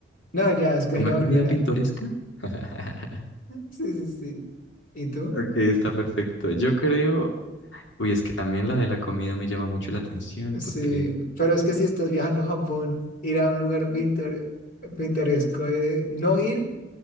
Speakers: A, on the left (about 45°); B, on the left (about 85°).
A: No, ya, escogí
B: Comer
A: la
B: comida
A: primera.
B: pintoresca.
A: <laughs>
B: <laughs>
A: Sí, sí, sí. ¿Y tú?
B: Ok, está perfecto. Yo creo, uy, es que también la de la comida me llama mucho la atención porque,
A: Sí, pero es que si estás viajando a Japón, ir a un lugar pintor- pintoresco, eh, no ir